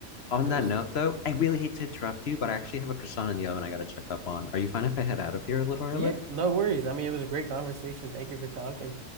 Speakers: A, on the left; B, on the right.
A: On
B: was
A: that note, though, I really hate to interrupt you, but I actually have a croissant in the oven I gotta check up on. Are you fine if I head out of here a little early?
B: yeah, no worries. I mean, it was a great conversation. Thank you for talking.